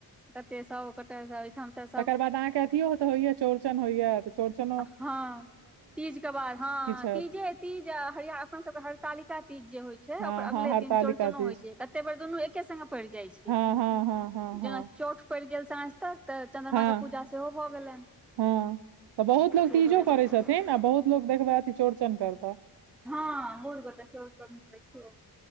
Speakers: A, in the centre; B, on the right.
A: कते सब गोटे एहिठाम तऽ सब
B: तकर बाद अहाँकेँ अथि ओ तो होइए छ चौरचन होइए तऽ चौरचनो
A: हँ तीज के बाद ह
B: हैत
A: तीजे तीज हर अपन सब के हरतालिका तीज जे होइ छै
B: हँ
A: ओकर अगले
B: हँ हड़तालिका
A: दिन चौचनो
B: तीज
A: होइ छै कते बेर दुनू एके सङ्गे जाय छै
B: हँ हँ हँ हँ हँ
A: जेना चौठ पड़ि गेल सांझ तक तऽ चंद्रमा
B: हँ
A: के पूजा सेहो भऽ गेलनि
B: हँ तऽ बहुत लोक
A: से
B: तीजो
A: भऽ
B: करय
A: जाइत
B: छथिन आ बहुत लोक देखबाती चौड़चन करता
A: हँ मोर के देखियौ तऽ देखियौ